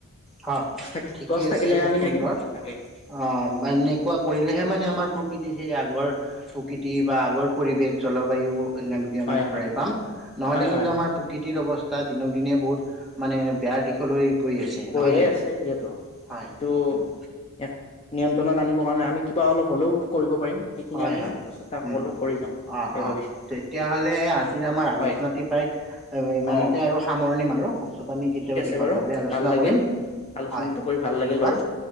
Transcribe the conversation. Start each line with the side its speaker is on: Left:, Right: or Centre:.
Centre: হয়
Left: গছ থাকি
Centre: ঠিকেই
Left: গছ
Centre: আছে
Left: থাকিলে
Centre: খুব
Left: আমি
Centre: সুন্দৰ
Left: থাকিম তাকেই
Centre: অ এনেকুৱা কৰিলেহে মানে আমাৰ প্ৰকৃতিত সেই আগৰ প্ৰকৃতি বা আগৰ পৰিৱেশ জলবায়ু অন্যমিকা
Left: হয়
Centre: আমি ঘূৰাই
Left: হয়
Centre: পাম নহলে
Left: হয়
Centre: কিন্তু
Left: হয়
Centre: আমাৰ
Left: হয়
Centre: প্ৰকৃতিৰ অৱস্থা দিনক দিনে বহুত মানে বেয়াৰ দিশলৈ গৈ আছে
Left: কৈয়ে
Centre: নহয় জানো?
Left: আছে যিহেতু
Centre: হয়,
Left: কিন্তু
Centre: উম,
Left: ইয়াক নিয়ন্ত্ৰণত আনিবৰ কাৰণে আমি কিবা অলপ হ'লেও টো কৰিব পাৰিম সেইখিনি
Centre: হয়
Left: আমি
Centre: হয়
Left: প্ৰচেষ্টা সকলোৱে
Centre: উম
Left: কৰি যাম
Centre: অ
Left: তাকে
Centre: অ
Left: ভাবিছো
Centre: তেতিয়াহলে আজি আমাৰ আলোচনাতি
Left: হয়
Centre: প্ৰায় সেইবাবে ইমানতে
Left: অ
Centre: আৰু সামৰণি মাৰোঁ পাছত আমি কেতিয়াবা
Left: ঠিক আছে
Centre: বিষয়
Left: বাৰু
Centre: ভাৱে আলোচনা
Left: ভাল লাগিল
Centre: কৰিম
Left: আলোচনাটো
Centre: হয়
Left: কৰি ভাল
Centre: ধন্যবাদ
Left: লাগিল বাৰু